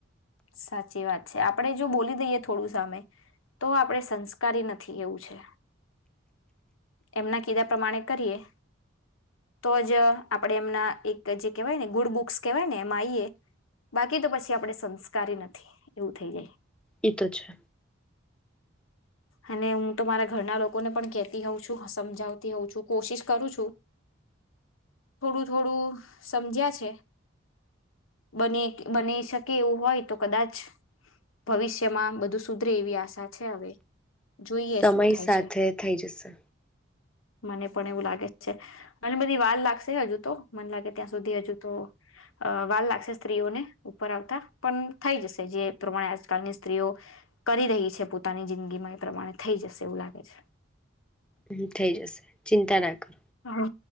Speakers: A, on the left (about 85°); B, in the centre.
A: સાચી વાત છે. આપણે જો બોલી દઈએ થોડું સામે, તો આપડે સંસ્કારી નથી એવું છે. એમના કીધા પ્રમાણે કરીએ, તો જ આપણેે એમના એક જે કહેવાય ને ગુડ બુક્સ કહેવાય ને એમાં આઈએ, બાકી તો પછી આપડે સંસ્કારી નથી, એવું થઈ જાય.
B: એ તો છે.
A: અને હું તો મારા ઘરના લોકોને પણ કેતી હોઉં છું, સમજાવતી હોઉં છું. કોશિશ કરું છું. થોડું થોડું સમજ્યા છે, બને બની શકે એવું હોય, તો કદાચ ભવિષ્યમાં બધું સુધરે એવી આશા છે હવે. જોઈએ
B: સમય
A: શું થાય
B: સાથે
A: છે
B: થઈ જશે.
A: મને પણ એવું લાગે જ છે. અને બધી વાર લાગશે, હજુ તો. મને લાગે ત્યાં સુધી હજુ તો વાર લાગશે સ્ત્રીઓને ઉપર આવતા. પણ થઈ જશે, જે પ્રમાણે આજકાલની સ્ત્રીઓ કરી રહી છે પોતાની જિંદગી ગીમાં એ પ્રમાણે, થઈ જશે એવું લાગે છે.
B: હ થઇ જશે, ચિંતા ના કરો.
A: હા,